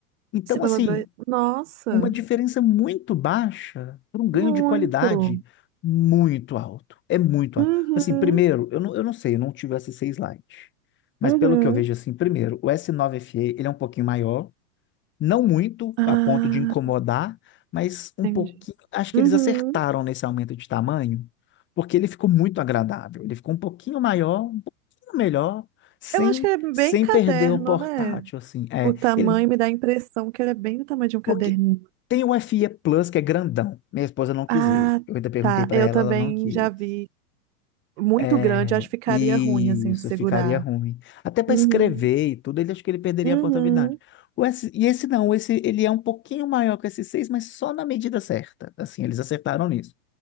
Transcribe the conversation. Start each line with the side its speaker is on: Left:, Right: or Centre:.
Left: Então,
Right: você pagou
Left: assim,
Right: dois? Nossa,
Left: uma diferença muito baixa por um ganho
Right: muito.
Left: de qualidade muito alto. É muito
Right: Uhum.
Left: alto. Assim, primeiro, eu não, eu não sei, eu não tive o S6 Lite. Mas
Right: Uhum.
Left: pelo que eu vejo, assim, primeiro, o S9 FE, ele é um pouquinho maior, Não muito
Right: Ah,
Left: a ponto de incomodar, mas um
Right: entendi.
Left: pouquinho. Acho que
Right: Uhum.
Left: eles acertaram nesse aumento de tamanho, porque ele ficou muito agradável. Ele ficou um pouquinho maior, um pouquinho melhor, sem,
Right: Eu acho que ele é
Left: sem
Right: bem caderno,
Left: perder o portátil,
Right: né?
Left: assim. É,
Right: O tamanho
Left: ele,
Right: me dá a impressão que ele é bem do tamanho de um caderninho.
Left: porque tem o FE Plus, que é grandão. Minha esposa não quis
Right: Ah,
Left: ele. Eu ainda perguntei
Right: tá.
Left: para
Right: Eu
Left: ela,
Right: também
Left: ela não quis.
Right: já vi muito
Left: É,
Right: grande, acho que ficaria
Left: e
Right: ruim assim
Left: isso
Right: de segurar.
Left: ficaria ruim. Até para
Right: Uhum.
Left: escrever e tudo, ele acho que ele perderia
Right: Uhum.
Left: a portabilidade. O S, e esse não, esse ele é um pouquinho maior que o S6, mas só na medida certa. Assim, eles acertaram nisso.